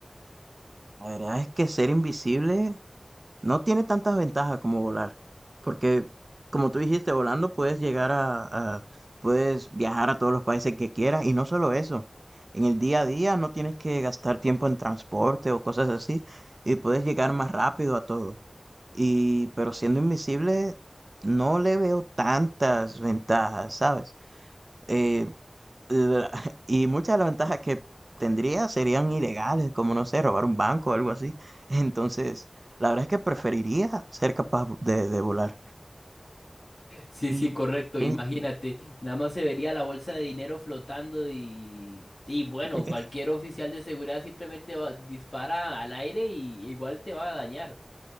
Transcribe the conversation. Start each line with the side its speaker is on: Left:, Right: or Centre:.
Right: La verdad es que ser invisible no tiene tantas ventajas como volar, porque como tú dijiste, volando puedes llegar a, a- puedes viajar a todos los países que quieras y no solo eso. En el día a día no tienes que gastar tiempo en transporte o cosas así y puedes llegar más rápido a todo. Y pero siendo invisible no le veo tantas ventajas, ¿sabes? Eh, la- <laughs> Y muchas de las ventajas que tendría serían ilegales, como no sé, robar un banco o algo así. <laughs> Entonces, la verdad es que preferiría ser capaz de, de volar.
Left: Sí,
Right: Y
Left: sí, correcto.
Right: ten-
Left: Imagínate, nada más se vería la bolsa de dinero flotando y, y bueno,
Right: <laughs>
Left: cualquier oficial de seguridad simplemente va- dispara al aire y igual te va a dañar.